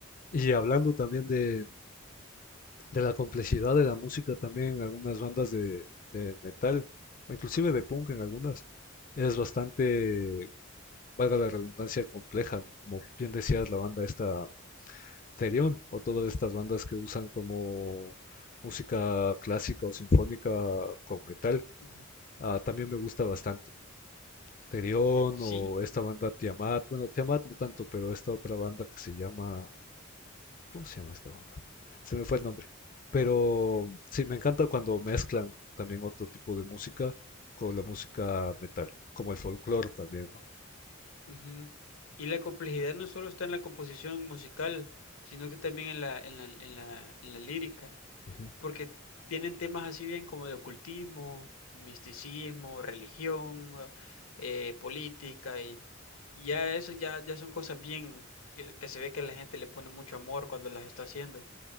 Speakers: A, on the left; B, on the left.
A: Y hablando también de, de la complejidad de la música, también algunas bandas de, de metal, o inclusive de punk en algunas, es bastante,
B: Ujú,
A: valga la redundancia, compleja, ¿no? Como bien decías, la banda esta Therion, o todas estas bandas que usan como música clásica o sinfónica con metal,
B: ujú.
A: ah, también me gusta bastante. Terión
B: Sí,
A: o esta banda Tiamat, bueno, Tiamat no tanto, pero esta otra banda que se llama, ¿cómo se llama esta banda? Se me fue el nombre. Pero sí, me encanta cuando mezclan también otro tipo de música con la música metal, como el folclore también, ¿no?
B: ujú. Y la complejidad no solo está en la composición musical, sino que también en la, en la, en la, en la lírica.
A: Ujú,
B: porque tienen temas así bien como de ocultismo, misticismo, religión, eh, política, y ya eso ya, ya son cosas bien que, que se ve que la gente le pone mucho amor cuando las está haciendo.